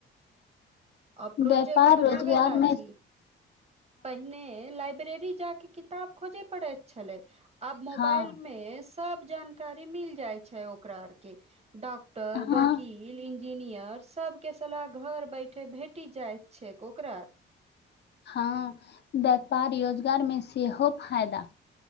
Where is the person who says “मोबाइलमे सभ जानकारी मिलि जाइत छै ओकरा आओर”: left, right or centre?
Right